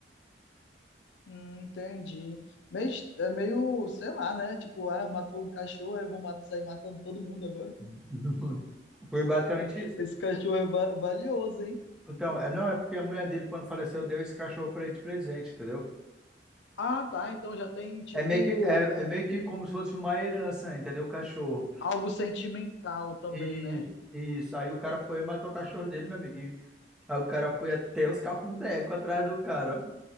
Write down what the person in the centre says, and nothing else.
<laughs> Foi basicamente isso.
Então, é, não, é porque a mulher dele, quando faleceu, deu esse cachorro pra ele de presente, entendeu?
É meio que, é, é meio que como se fosse uma herança, entendeu? O cachorro.
E
isso, aí o cara foi e matou o cachorro dele, meu amigo. E aí o cara foi até os cafundecos atrás do cara,